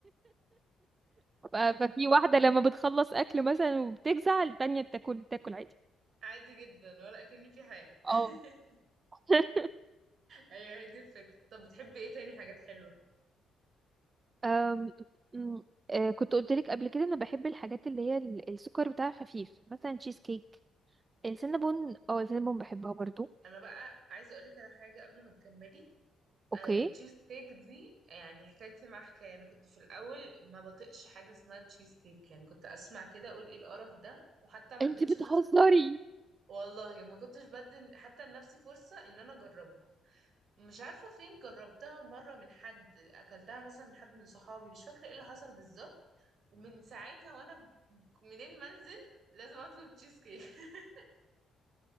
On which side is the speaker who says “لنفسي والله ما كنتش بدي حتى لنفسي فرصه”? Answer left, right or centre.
Right